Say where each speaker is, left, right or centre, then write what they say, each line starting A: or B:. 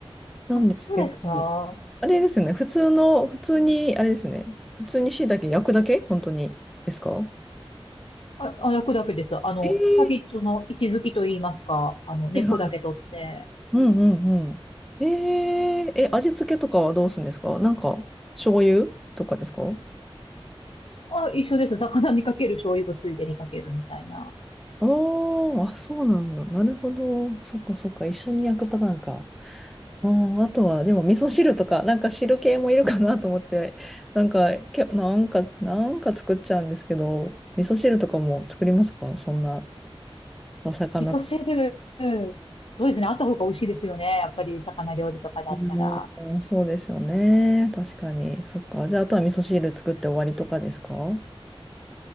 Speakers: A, in the centre; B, on the left.
A: なんですけど、
B: あ、そうですか
A: あれですよね。普通の、普通に、あれですよね。普通に椎茸焼くだけ本当に。ですか
B: あ、あ、焼くだけです。あの、
A: えー、
B: 先っちょの石づきと言いますか、あの、根っこだけ取って、
A: はいはい。うんうんうん。えー、え、味付けとかはどうするんですかなんか、醤油とかですか
B: あ、一緒です。魚にかける醤油をついでにかけるみたいな。
A: あーあ、そうなんだ。なるほど。そっかそっか。一緒に焼くパターンか。あー、あとは、でも、味噌汁とか、なんか汁系もいるかなと思って、なんか、け、なんか、なんか作っちゃうんですけど、味噌汁とかも作りますかそんな。お魚
B: 味噌汁、そうですね。あった方が美味しいですよね。やっぱり魚料理とかだったら。
A: うん、そうですよね。確かに。そっか。じゃあ、あとは味噌汁作って終わりとかですかう